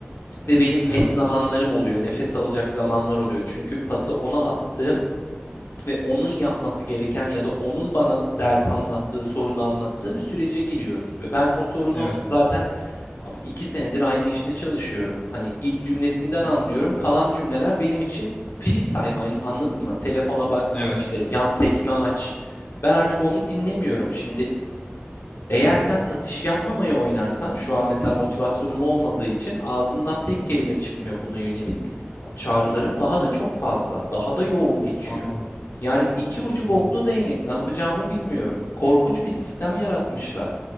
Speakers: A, on the left (about 70°); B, on the left (about 35°).
A: Ve benim
B: Evet,
A: es zamanlarım oluyor, nefes alacak zamanlar oluyor. Çünkü pası ona attığım ve onun yapması gereken ya da onun bana dert anlattığı, sorunu anlattığı bir sürece giriyoruz. Ve ben o sorunu
B: evet,
A: zaten abi iki senedir aynı işte çalışıyorum. Hani ilk cümlesinden
B: yani,
A: anlıyorum. Kalan cümleler benim için free time anladın mı? Telefona bak,
B: evet,
A: işte yan sekme aç. Ben artık onu dinlemiyorum. Şimdi eğer sen satış yapmamayı oynarsan, şu an mesela motivasyonum olmadığı için ağzımdan tek kelime çıkmıyor buna yönelik. Abi Çağrılarım daha da çok fazla, daha da yoğun geçiyor.
B: anladım.
A: Yani iki ucu
B: Hı
A: boklu
B: hı.
A: değnek, ne yapacağımı bilmiyorum. Korkunç bir sistem yaratmışlar.